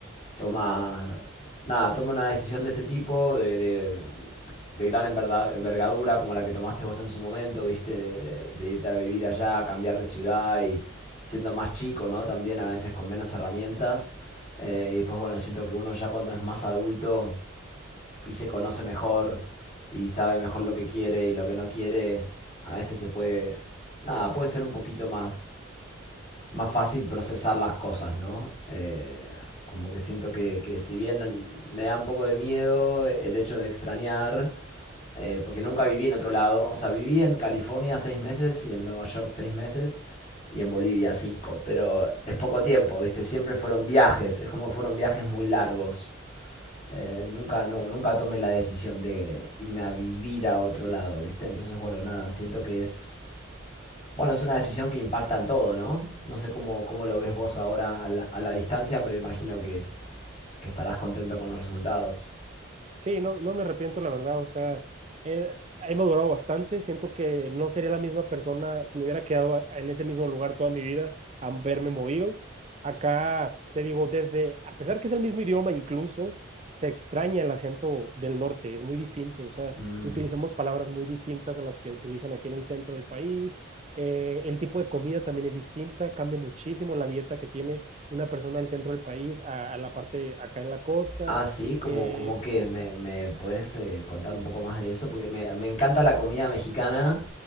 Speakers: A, on the left; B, on the right.
A: toma, nada, toma una decisión de ese tipo, de, de- de gran enverda- envergadura como la que tomaste vos en su momento, ¿viste? De, de- de irte a vivir allá, cambiar de ciudad y siendo más chico, ¿no? También a veces con menos herramientas. Eh, y después, bueno, siento que uno ya cuando es más adulto y se conoce mejor y sabe mejor lo que quiere y lo que no quiere, a veces se puede, nada, puede ser un poquito más, más fácil procesar las cosas, ¿no? Eh, como que siento que, que si bien me da un poco de miedo el hecho de extrañar, eh, porque nunca viví en otro lado, o sea, viví en California seis meses y en Nueva York seis meses y en Bolivia cinco, pero es poco tiempo, ¿viste? Siempre fueron viajes, es como que fueron viajes muy largos. Eh, nunca, no, nunca tomé la decisión de irme a vivir a otro lado, ¿viste? Entonces, bueno, nada, siento que es, bueno, es una decisión que impacta en todo, ¿no? No sé cómo, cómo lo ves vos ahora a la, a la distancia, pero imagino que, que estarás contento con los resultados.
B: Sí, no, no me arrepiento, la verdad. O sea, eh, he madurado bastante. Siento que no sería la misma persona si me hubiera quedado a- en ese mismo lugar toda mi vida, a verme movido. Acá, te digo, desde, a pesar que es el mismo idioma, incluso se extraña el acento del norte, es muy distinto. O sea,
A: Mm.
B: utilizamos palabras muy distintas a las que utilizan aquí en el centro del país. Eh, el tipo de comida también es distinta, cambia muchísimo la dieta que tiene una persona del centro del país a, a la parte acá en la costa.
A: Ah, sí, como,
B: eh,
A: como que me, me puedes eh, contar un poco más de eso, porque me, me encanta la comida mexicana.